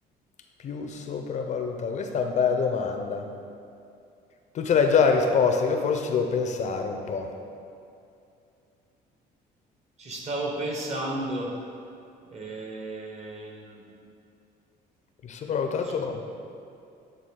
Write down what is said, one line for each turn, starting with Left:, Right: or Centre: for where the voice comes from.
Left: Più sopravvalutato. Questa è una bella domanda. Tu ce l'hai già la risposta, io forse ci devo pensare un po'.
Right: ci stavo pensando. Ehm,
Left: Più sopravvalutato?
Right: so-